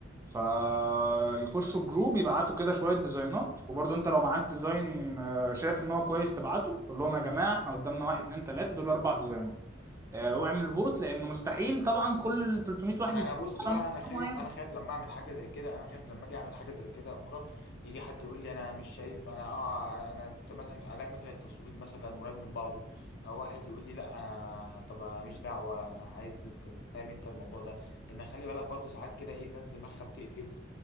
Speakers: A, on the right (about 15°); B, on the left (about 60°).
A: فيخشوا الجروب يبعتوا كده شويه ديزاينات وبرضه انت لو معاك ديزاين آه، شايف ان هو كويس تبعته قول لهم يا جماعه احنا قدامنا واحد اتنين تلاته دول اربع ديزاينات آه، واعمل فوت لان مستحيل طبعا كل ال 300 واحد
B: ما
A: يتفق
B: انا بص بقى
A: على
B: انا خايف
A: حاجه معينه
B: انا خايف لما اعمل حاجه زي كده انا خايف لما اجي اعمل حاجه زي كده يا مورا يجي حد يقول لي انا مش شايف انا اه انا أنت مثلا الاقي مثلا التصويت مثلا قريب من بعضه او واحد يقول لي لا انا طب أنا ماليش دعوه انا عايز ال- فاهم انت الموضوع ده لان خلي بالك برضه ساعات كده ايه الناس دماغها بتقفل